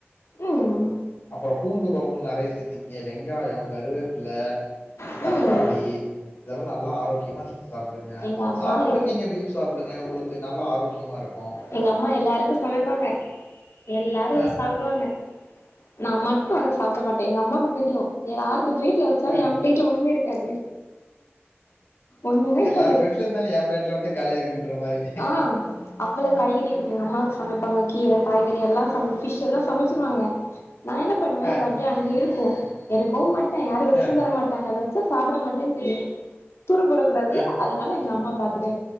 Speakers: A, on the left; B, on the left.
A: ம்
B: அப்பறோ பூண்டு கொழம்புல நெறைய சேத்திக்கிங்க வெங்காயோ கருவேப்பில
A: ம்
B: தக்காளி
A: ம்
B: இதெல்லா நல்லா ஆரோக்கியமா சாப்டுங்க
A: எங்க அம்மா
B: சாப்புட்டு
A: எல்
B: நீங்க பீப் சாப்டுங்க உங்களுக்கு நல்லா ஆரோக்கியமா இருக்கு
A: எங்க அம்மா எல்லாருக்கு சமைப்பாங்க எல்லாரு அத
B: அஹ்,
A: சாப்டுவாங்க நா மட்டு அத சாப்ட மாட்டே எங்க அம்மாக்கு தெரியு யாரு ப்ளேட்ல வச்சாலு
B: அஹ்.
A: ஏ ப்ளேட்ல ஒண்ணுமே இருக்காது ஒண்ணுமே இருக்காது
B: எல்லா ப்ளேட்ல இருந்தாலு ஏ பிளேட்ல மட்டு காலியா இருக்குன்ற மாரி
A: ஆ அவ்வள காய்கறி இருக்கு எங்க அம்மாக்கு சமைப் பாங்க கீர காய்கறி எல்லா சமச் ஃபிஷ் எல்லா சமைச்சிருவாங்க நா என்ன பண்ணுவே
B: அஹ்,
A: அத அப் டியே அங்க இருக்கு எடுக்கவு மாட்டே யாரு வச்சு
B: அஹ்,
A: தர மாட்டாங்க அத நா சாப்ட மாட்டேன்னு தெரியு தூர போடக் கூடாதுல்ல
B: அஹ்.
A: அதனால எங்க அம்மா பாத்துட்டே